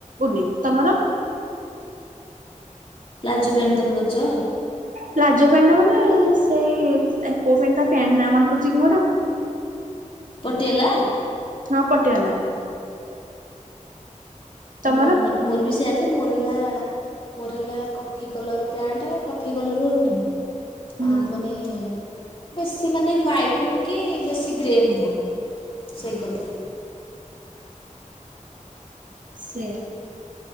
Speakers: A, on the right; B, on the left.
A: ଉନି ତମର?
B: ପ୍ଲାଜୋ ପ୍ୟାଣ୍ଟ ତମେ କରିଚ?
A: ପ୍ଲାଜୋ ପ୍ୟାଣ୍ଟ ମାନେ ସେଇ କୋଉ ପ୍ୟାଣ୍ଟ ପ୍ୟାଣ୍ଟ ନା ମନେ ପଡ଼ୁଚିକି ମୋର।
B: ପଟିଆଲା?
A: ହଁ ପଟିଆଲା। ତମର
B: ମୁଁ ଆମର ମୋରବି ସେୟାଯେ ମୋର ହେଲା ମୋର ହେଲା କଫି କଲର୍ ପ୍ୟାଣ୍ଟ୍ ଆଉ କଫି କଲର୍ ଉର୍ନି
A: ହୁଁ
B: ଆଉ ମାନେ ବେଶୀ ମାନେ ହ୍ଵାଇଟ୍ ନୁହଁକି ବେଶୀ ଗ୍ରେ ନୁହଁ ସେଇ କଲର୍।
A: ସେଆ